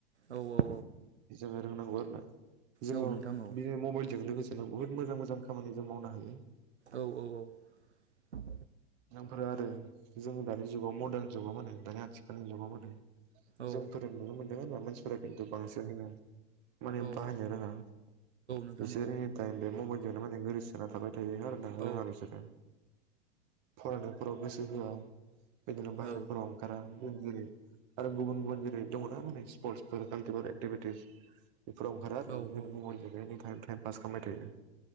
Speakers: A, on the right (about 85°); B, on the right (about 40°).
A: औ औ
B: जोङो रोंनांगौ आरो ना जोङो
A: औ नोंथां औ
B: बि मबाइलजोंनो लोगोसेनो बुहुत मोजां मोजां खामानि जों मावनो हायो।
A: औ औ औ।
B: नामफोर आरो जों दानि जुगाव मदार्न जुगाव माने दानि आथिखालनि जुगाव माने
A: औ
B: जोंफोर नुनो मोनदों होना मानसिफोरा खिन्थु बांसिन होनो। माने
A: औ
B: बाहायनो रोङा
A: नोंथां
B: बिसोरो
A: औ
B: एनिटाइम बे मबाइलजोंनो माने गोरैसोना थाबाय थायोआरोना रोङा
A: औ
B: बिसोरो फरायनायफोराव गोसो होआ बिदिनो बाहेरफोराव
A: औ
B: ओंखारा। गेम गेलेयो आरो गुबुन गुबुन जेरै दङना माने स्पर्टसफोर एक्टिभिटिस। बेफोराव ओंखारा आरोना
A: औ
B: बिदिनो
A: औ
B: मबाइलजोंनो एनायनिम टाइम पास खालामबाय थायो।